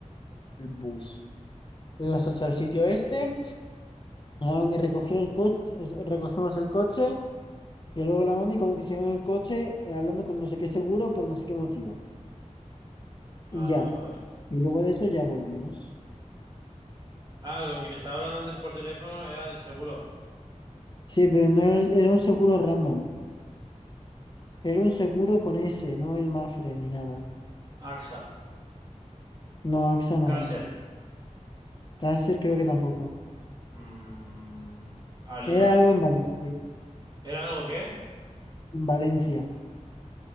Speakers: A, on the left; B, on the right.
A: el bus. Fuimos hasta el sitio este, la mami recogió el coche, recogimos el coche, y luego la mami como que se quedó en el coche eh, hablando con no sé qué seguro por no sé qué motivo. Y
B: Ah,
A: ya,
B: joder.
A: y luego de eso ya volvimos.
B: Ah, con quien estaba hablando antes por teléfono era del seguro.
A: Sí, pero no era, era un seguro random, era un seguro con ese, no el Mafre ni nada.
B: AXA,
A: No, AXA no
B: Caser,
A: era. Caser creo que tampoco.
B: mm, Allianz.
A: Era algo en Valencia,
B: ¿Era algo qué?
A: en Valencia.